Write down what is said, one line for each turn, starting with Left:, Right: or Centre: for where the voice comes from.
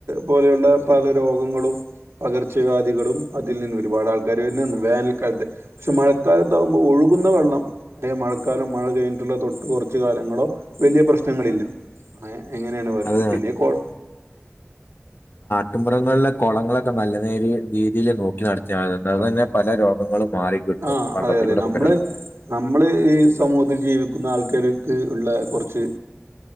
Right: പോലെയുള്ള പല രോഗങ്ങളും പകർച്ചവ്യാധികളും അതിൽ നിന്ന് ഒരുപാട് ആൾക്കാർ വൻ മഴ കാലത്ത് പക്ഷെ മഴക്കാലത്താകുമ്പോൾ ഒഴുകുന്ന വള്ളം അത മഴക്കാലം മഴിഞ്ഞിട്ടുള്ള തൊട്ട് കുറച്ച് കാലം ങ്ങളോ വലിയ പ്രശ്നങ്ങളില്ല ആ എങ്ങനെയാണ് പറയുന്നത്
Left: അത്
Right: പിന്നെ കോൾ
Left: കട്ടുമമൃറങ്ങളിലെ കുളങ്ങളൊക്കെ നല്ല നേരി രീതിയിൽ നോക്കി നടത്തിയാണ്ട് അതു തന്നെ പല രോഗങ്ങളും മാറിക്കിട്ടും
Right: ആ
Left: വള്ളത്തിലൂടെ
Right: അതെ അതെ നമ്മള്
Left: പകരുന്നു
Right: നമ്മള് ഈ സമൂഹത്തിൽ ജീവിക്കുന്ന ആൾക്കാർക്ക് ഉള്ള കുറച്ച്